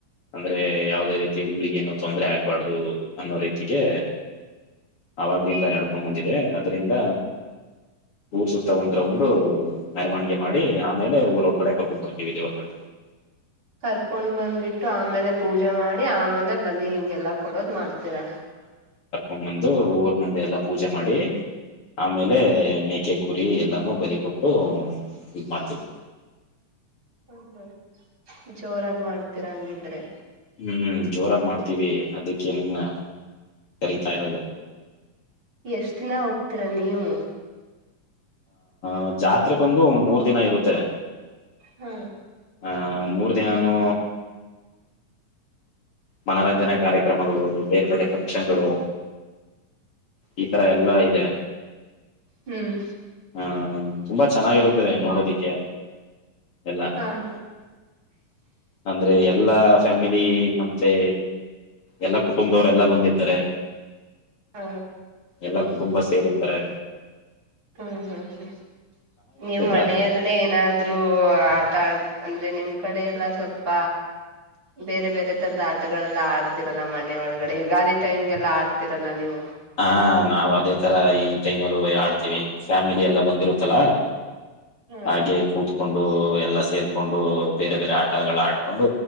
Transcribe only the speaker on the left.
ಅಂದ್ರೆ ಯಾವವುದೇ ರೀತಿ ಊರಿಗೇನು ತೊಂದರೆ ಆಗ್ಬಾರ್ದು ಅನ್ನೋ ರೀತಿಗೆ ಅವಾಗ್ಲಿಂದ ನಡ್ಕೊಂಡ್ ಬಂದಿದೆ ಅದ್ರಿಂದ ಊರ್ ಸುತ್ತ ಒಂದ್ ರೌಂಡ್ ಮೆರವಣಿಗೆ ಮಾಡಿ ಆಮೇಲೆ ಇಲ್ಲ ಊರ ಒಂದು ಕಡೆ ಕೊರ್ಕೊಂಡ ಬರ್ರತೇವಿ ದೆರ್ವನ
ಒಮ್ಮಂದು ಊರ್ ಮುಂದೆ ಎಲ್ಲಾ ಪೂಜೆ ಮಾಡಿ ಆಮೇಲೆ ಮೇಕೆ ಕೂ ಬಿ ಎಲ್ಲಾನು ಬಲಿ ಕೊಟ್ಟು ಇದ್ ಮಾಡ್ತೀವಿ
ಹ್ಮ್ ಜೋರಾಗಿ ಮಾಡ್ತೀವಿ ಅದಕ್ಕೆ ನಿಮ್ನ ಕರಿತಾ ಇರೋದು
ಹ ಜಾತ್ರೆ ಬಂದು ಮೂರ್ ದಿನ ಇರುತ್ತೆ
ಹ ಮೂರ್ ದಿನಾನೂ ಮನರಂಜನೆ ಕಾರ್ಯಕ್ರಮಗಳು ಬೇರೆ ಬೇರೆ ಫಂಕ್ಷನ್ಗಳು ಈ ತರ ಎಲ್ಲಾ ಇದೆ
ಹ್ಮ ತುಂಬಾ ಚೆನ್ನಾಗಿರುತ್ತದೆ ನೋಡೋದಿಕ್ಕೆ ಎಲ್ಲ
ಅಂದ್ರೆ ಎಲ್ಲಾ ಫ್ಯಾಮಿಲಿ ನ ಹ ಎಲ್ಲ ಕುಟುಂಬದವ್ರ ಎಲ್ಲ ಬಂದಿರ್ತಾರೆ
ಎಲ್ಲಾ ಕುಟುಂಬ ಸೇರಿಇತರೆ
ಜಾತ್ರೆ
ಹಾ ನಾವ್ ಅದೇ ತರ ಈ ಟೈಮ್ ಅಲ್ಲ ಆಡ್ತೀವಿ ಫ್ಯಾಮಿಲಿ ಎಲ್ಲ ಬಂದಿರುತ್ತಲ
ಹಾಗೆ ಕೂತ್ಕೊಂಡ ಎಲ್ಲ ಸೇರ್ಕೊಂಡು ಬೇರೆ ಬೇರೆ ಆಟಗಳ ಆಡ್ಕೊಂಡು